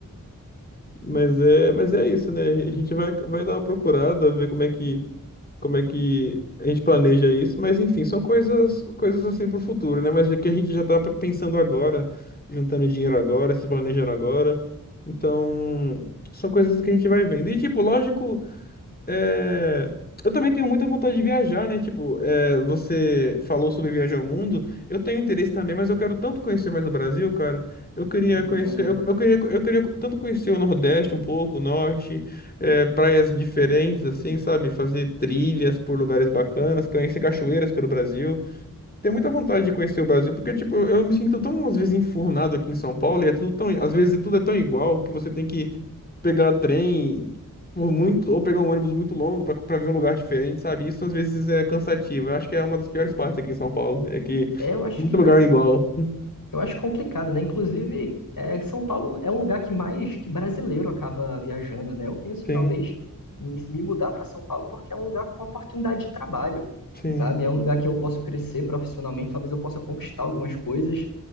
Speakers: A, on the left (about 25°); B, on the left (about 75°).
A: <laughs> Mas é, mas é isso, né? A gente vai, vai dar uma procurada, ver como é que como é que a gente planeja isso, mas enfim, são coisas, coisas assim pro futuro, né? Mas é que a gente já tá p- pensando agora, juntando dinheiro agora, se planejando agora. Então, são coisas que a gente vai vendo. E tipo, lógico. É, Eu também tenho muita vontade de viajar, né? Tipo, é, você falou sobre viajar ao mundo. Eu tenho interesse também, mas eu quero tanto conhecer mais o Brasil, cara. Eu queria
B: Entendo.
A: conhecer, eu, eu queria, eu queria tanto conhecer o Nordeste um pouco, o Norte, é, praias diferentes, assim, sabe? Fazer trilhas por lugares bacanas, conhecer cachoeiras pelo Brasil. Tenho muita vontade de conhecer o Brasil, porque, tipo, eu me sinto tão, às vezes, enfurnado aqui em São Paulo, e é tudo tão, às vezes, tudo é tão igual que você tem que pegar trem por muito, ou pegar um ônibus muito longo pra pra ver um lugar diferente, sabe? Isso, às vezes, é cansativo. Eu acho que é uma das piores partes aqui em São Paulo, é que tem
B: É, Eu acho
A: muito
B: que
A: lugar
B: vai ser.
A: igual.
B: Eu acho complicado, né? Inclusive, é, São Paulo é um lugar que mais que brasileiro acaba viajando, né? Eu penso
A: Sim,
B: talvez em me mudar para São Paulo porque é um lugar com oportunidade de trabalho,
A: sim,
B: sabe? É um lugar que eu posso crescer profissionalmente, talvez eu possa conquistar algumas coisas,